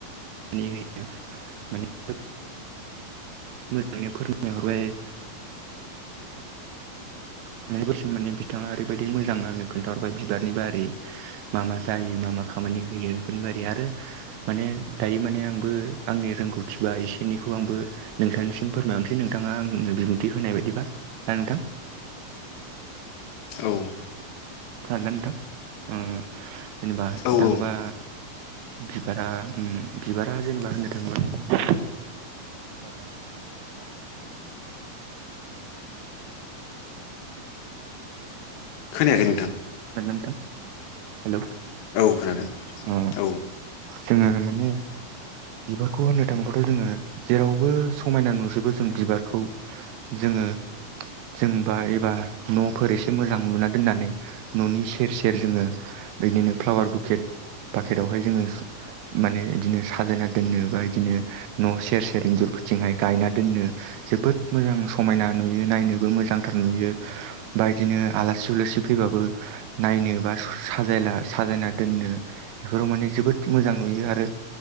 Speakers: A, on the right; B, on the left.
A: मानि होयो माने मोजाङै फोरमायहरबाय माने बस माने बिथाङा ओरैबायदि मोजां आंनो खोन्थाहरबाय बिबारनि बारि। मा मा जायो मा मा खामानि होयो बेफोरनि बादै आरो माने दायो माने आंबो आंनि रोंगौथि बा एसे एनैखौ आंबो। नोंथांनिसिम फोरमायहरनोसै नोंथाङा आंनो बिबुंथि होनाय बायदिबा ना नोंथां।
B: औ
A: खोनादोंना नोंथां ओं जेनेबा
B: औ
A: थाङोबा।
B: औ
A: बिबारा उम बिबारा जेनेबा होननो थाङोब्ला। <unintelligible>
B: खोनायाखै नोंथां।
A: नादोंना नोंथां।
B: औ खोनादों
A: अ
B: औ
A: जोङो माने। बिबारखौ होननो थाङोबाथ जोङो जेरावबो समायना नुजोबो जों बिबारखौ। जोङो जोंबा एबा नफोर एसे मोजां लुना दोननानै ननि सेर सेर जोङो। बिदिनो फ्लावार बुकेट बाकेटावहाय जोङो माने इदिनो साजायना। दोननो बा बिदिनो न सेर सेर इन्जुरफोरथिंहाय गायना दोननो। जोबोद मोजां समायना नुयो नायनोबो मोजांथार नुयो। बा इदिनो आलासि उलासि फैबाबो। नायनो बा साजायला साजायना दोननो। बेफोराव माने जोबोद मोजां नुयो आरो